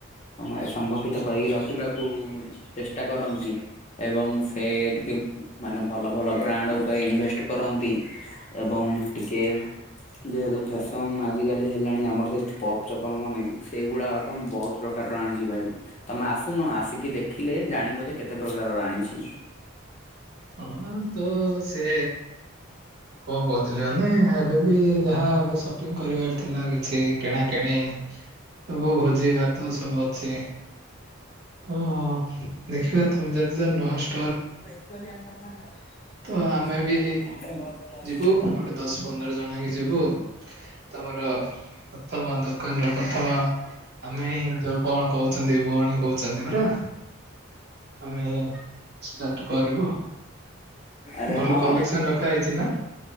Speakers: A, on the left; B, on the right.
A: ହଁମ ସଂଗଠିତ କରିକି ରଖିବାକୁ ଚେଷ୍ଟା କରନ୍ତି। ଏବଂ ସେ ଟିକେ ମାନେ ଭଲ ଭଲ ବ୍ରାଣ୍ଡ ଉପରେ ଇନଭେଷ୍ଟ କରନ୍ତି। ଏବଂ ଟିକେ ଯେହେତୁ ଫେସନ ଆଜିକାଲି ହେଲାଣି। ଆମର ସେ ପପ୍ ଚପଲ ମାନେ ସେଗୁଡ଼ାକ ତ ମୁଁ ବହୁତ ପ୍ରକାର ର ଆଣିଛି ଭାଇ। ତମେ ଆସୁନ ଆସିକି ଦେଖିଲେ ଜାଣିବ ଯେ କେତେ ପ୍ର କାରର ଆଣିଛି।
B: ହଁ ତ ସେ କଣ କହୁଥିଲି ମାନେ ଏବେ? ଯିଏ ଯାହା ସପିଂ କରିବାର ଥିଲା କିଛି କିଣାକିଣି। ସବୁ ଭୋଜି ଭାତ ସବୁ ଅଛି। ତ ଦେଖିବା ତମେ ଯଦି ନ ଆସୁ
A: ଏକଚୁଆଲି ଆମେ କଥାନା ଆଉ।
B: ତ
A: ସିନ
B: ଆମେ
A: ଅଛି
B: ବି
A: ଆଉ ଲସ ହେଲା।
B: ଯିବୁ ଗୋଟେ ଦଶ ପନ୍ଦର ଜଣ ହେଇକି ଯିବୁ। ତମର ପ୍ରଥମ ଦୋକାନରେ ପ୍ରଥମ ଆମେ ତୋ କଣ କହୁଛନ୍ତି ଭଉଣୀ କହୁଛନ୍ତି ପରା। ଆମେ ଷ୍ଟାର୍ଟ କରିବୁ
A: ଆରେ
B: ଭଲ
A: ହଁ
B: କଲେକ୍ସନ ର ଖା ହେଇଛି ନା।